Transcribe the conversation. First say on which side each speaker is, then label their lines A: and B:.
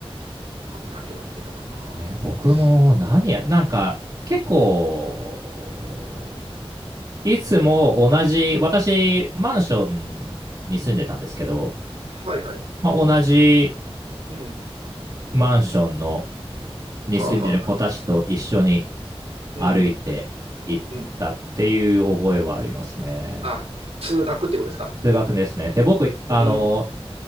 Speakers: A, on the right (about 85°); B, on the right (about 40°).
A: 他に何をやってたかな。
B: ね、僕も何や、
A: うん、
B: なんか結構、いつも同じ、
A: うん、
B: 私、マンションに住んでたんですけど、
A: はいはい。
B: まあ、同じ
A: うん。
B: マンションのに住んでる子たちと一緒に
A: はあ、はあ、うん、
B: 歩いて行ったっていう覚えはありますね。
A: うん。あ、通学ってことですか。
B: 通学ですね。で、僕、あの、
A: うん。